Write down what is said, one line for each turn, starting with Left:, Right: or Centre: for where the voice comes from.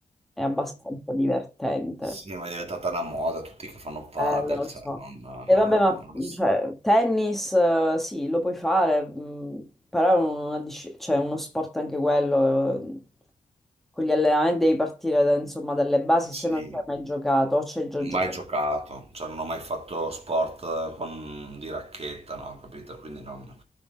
Centre: è abbastanza divertente.
Right: Sì, ma è diventata una moda, tutti che fanno padel,
Centre: Eh, lo
Right: cioè,
Centre: so.
Right: non... non
Centre: E vabbè, ma
Right: lo so.
Centre: cioè, tennis, eh, sì, lo puoi fare, mh, però è una disci- cioè, uno sport anche quello, eh, con gli allenamenti devi partire da- insomma dalle basi
Right: Sì.
Centre: se non ci hai mai giocato o ci hai già giocato.
Right: Mai giocato, cioè non ho mai fatto sport eh, con, di racchetta, no, capito? Quindi non,